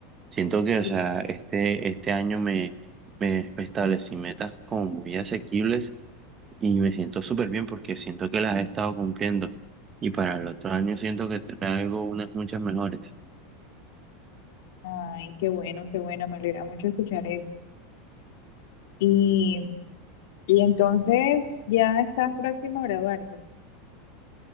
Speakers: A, on the right (about 15°); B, on the left (about 60°).
A: Siento que, o
B: Sí.
A: sea, este, este año me, me, me establecí metas como muy asequibles y me siento súper bien porque siento que las he estado cumpliendo. Y para el otro año siento que traigo unas muchas mejores.
B: Ay, qué bueno, qué bueno, me alegra mucho escuchar eso. Y, y entonces, ¿ya estás próximo a graduarte?